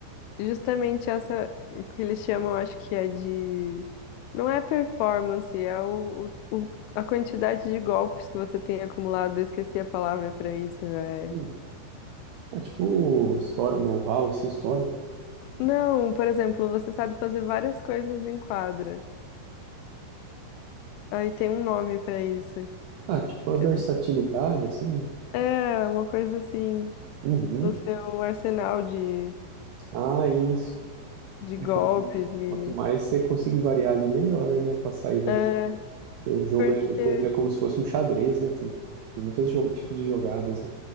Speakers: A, on the left (about 85°); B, on the right (about 75°).
A: Justamente essa que eles chamam, acho que é de. Não é performance, é o, o- o- a quantidade de golpes que você tem acumulado. Eu esqueci a palavra para isso, é.
B: né? Ah, tipo história, know-how assim, histórico.
A: Não, por exemplo, você sabe fazer várias coisas em quadra. Aí tem um nome para isso.
B: Ah, tipo a
A: que
B: versatilidade assim, né?
A: É, uma coisa assim.
B: Uhum.
A: O seu arsenal de,
B: Ah, isso.
A: de
B: É,
A: golpes
B: Quanto,
A: e.
B: quanto mais você conseguir variar ali, melhor, né? Pra sair do.
A: É,
B: O jogo
A: porque.
B: é, o tênis é como se fosse um xadrez, né? Tem, tem muitos jogo, tipos de jogadas, né?